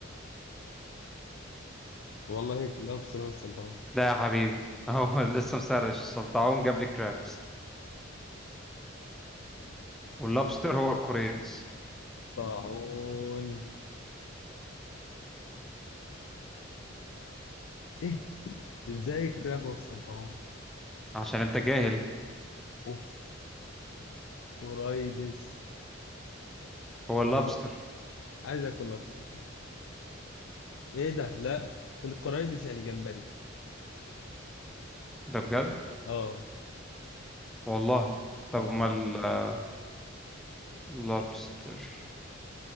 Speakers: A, on the left; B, in the centre.
A: والله لابس سلام السلطعون
B: لا يا حبيبي هو <laughs> لسه مسرش السلطعون جاب لي كرابس واللوبستر هو الكوريدس
A: سلطعون ايه ازاي كراب والسلطعون
B: عشان انت جاهل
A: اوف قرايدس
B: هو اللوبستر
A: بس عايز اكل لابس يعني ايه ده لا القرايدس يعني جمبري
B: ده بجد
A: اه
B: والله طب
A: اه والله
B: امال آه، لابستر